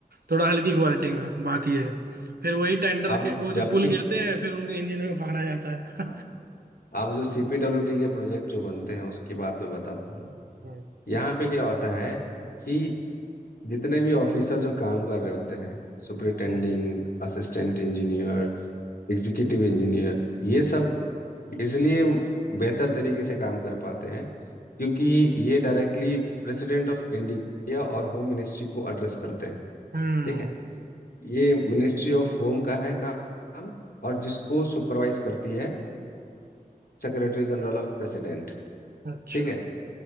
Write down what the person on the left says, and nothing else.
अब
जबकि
हाँ, अब जो सीपीडब्ल्यूडी के प्रोजेक्ट जो बनते हैं उसकी बात मैं बताती हूँ
यहाँ पे क्या होता है कि जितने भी ऑफिसर जो काम कर रहे होते हैं superintending
assistant engineer executive engineer ये सब इसलिए बेहतर तरीके से काम कर पाते हैं क्योंकि ये डायरेक्टली प्रेसिडेंट ऑफ इंडिया और होम मिनिस्ट्री को एड्रेस करते हैं
ठीक है ये मिनिस्ट्री ऑफ होम का है काम और जिसको सुपरवाइज करती है सेक्रेटरी जनरल ऑफ प्रेसिडेंट
ठीक है